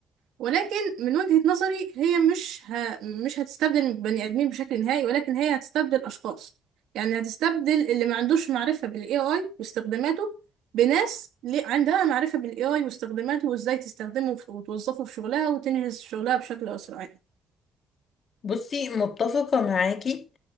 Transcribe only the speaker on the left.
بصي متفقة معاكي